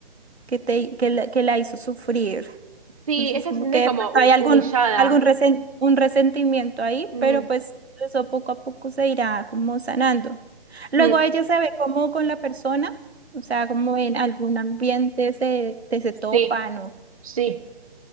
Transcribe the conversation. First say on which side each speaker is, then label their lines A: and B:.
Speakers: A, on the right; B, on the right.
A: que te que la, que la hizo sufrir.
B: Sí,
A: Entonces,
B: ella
A: como
B: se siente
A: que
B: como
A: de pronto
B: hu-
A: hay algún,
B: humillada.
A: algún resen- un resentimiento ahí,
B: Mm,
A: pero pues eso poco a poco se irá como sanando. Luego
B: mm,
A: ella se ve como con la persona, o sea, como en algún ambiente se, te se topan
B: sí,
A: o,
B: sí.